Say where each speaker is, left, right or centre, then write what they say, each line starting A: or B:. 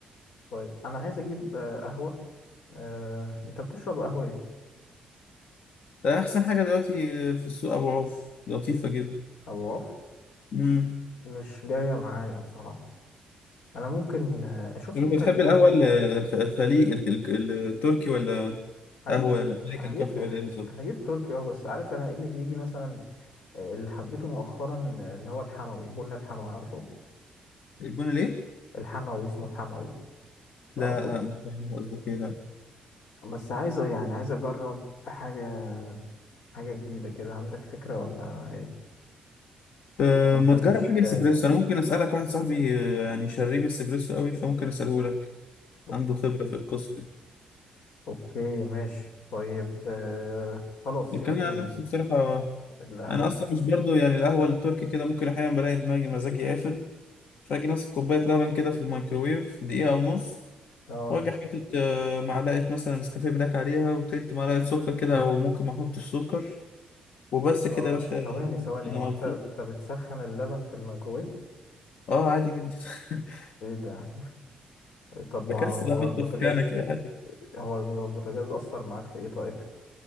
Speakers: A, on the left; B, on the left.
A: طيب انا عايز اجيب آه، قهوه أه... انت بتشرب قهوه ايه
B: ده احسن حاجه دلوقتي في السوق ابو عوف لطيفه جدا
A: ابو عوف
B: مم.
A: مش جايه معايا بصراحه انا ممكن آه، شفت
B: لما
A: انت
B: انت بتحب
A: البن
B: القهوة ال- الخ- الخليج ال- ال- التركي ولا
A: هجيب
B: قهوة الأمريكان
A: هجيب
B: كافي ولا إيه بالظبط؟
A: هجيب تركي اه بس عارف انا ايه اللي بيجي مثلا آه، اللي حبيته مؤخرا آه، اللي هو الحموي بن الحموي عارفه
B: البن ليه؟
A: الحموي اسمه الحموي تعرفوش
B: لا لا مش فاهم قصدك إيه لا
A: بس عايزه يعني عايز اجرب حاجه حاجه جديده كده عندك فكره ولا ايه
B: أه
A: ولا انت
B: ما
A: مش
B: تجرب حاجة
A: <laughs> آه،
B: اسبريسو أنا ممكن أسألك واحد صاحبي آه، يعني شريب اسبريسو قوي فممكن أسأله لك
A: اوكي
B: عنده خبرة في القصة دي
A: اوكي ماشي طيب آه، خلاص
B: لكن
A: سيبك
B: أنا
A: من
B: عن نفسي
A: ال-
B: بصراحة
A: القهوه
B: أنا أصلا مش برضو يعني القهوة التركي كده ممكن أحيانا بلاقي دماغي مزاجي قافل فأجي ماسك كوباية لبن كده في الميكروويف دقيقة ونص
A: اه
B: واجي حاطط آه، معلقة مثلا نسكافيه بلاك عليها وتلت معلقة سكر كده أو ممكن ما أحطش سكر وبس
A: اه
B: كده يا باشا
A: ثواني ثواني
B: انا
A: هو انت
B: مبسوط
A: انت بتسخن اللبن في الميكرويف
B: اه عادي جدا <laughs>
A: ايه ده طب ما
B: بكسل
A: هو
B: احط
A: البوتاجاز
B: في كنكه عادي
A: هو هو البوتاجاز أثر معاك في إيه طيب؟